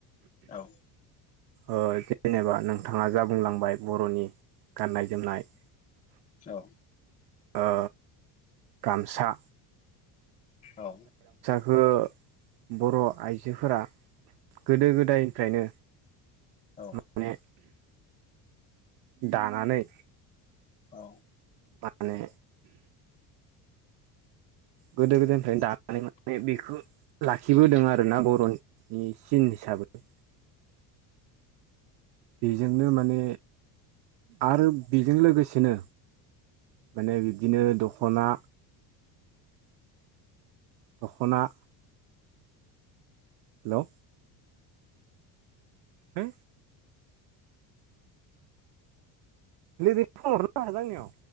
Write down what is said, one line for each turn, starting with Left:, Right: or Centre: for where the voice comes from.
Left: औ।
Right: ओ जेनेबा नोंथाङा जा बुंलांबाय बर'नि गाननाय जोमनाय
Left: औ।
Right: ओ गामसा
Left: औ।
Right: ओ बर' आइजोफोरा गोदो गोदायनिफ्रायनो
Left: औ।
Right: माने दानानै
Left: औ
Right: माने गोदो गोदायनिफ्रायनो दानानै माने बेखौ लाखिबोदों आरो ना बरनि सिन हिसाबै बेजोंनो माने आरो बेजों लोगोसेनो माने बिब्दिनो दख'ना दखना हेल' हो नैबे फन हरबाय थादों आंनियाव